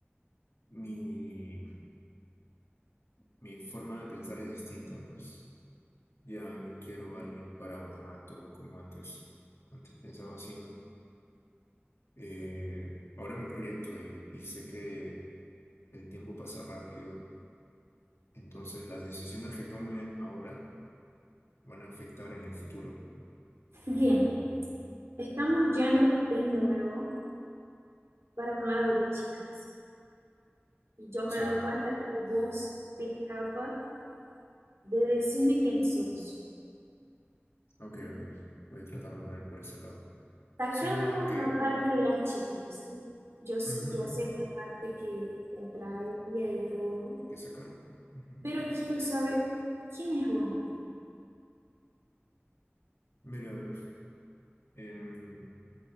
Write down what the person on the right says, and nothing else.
Bien, estamos yendo de nuevo para un lado de chicas. Y yo
me doy cuenta que vos te escapa de decirme quién sos.
Sacamos
la parte de las chicas. Yo s-
ya sé esta parte que te atraía y todo.
Pero quiero saber quién es Juan.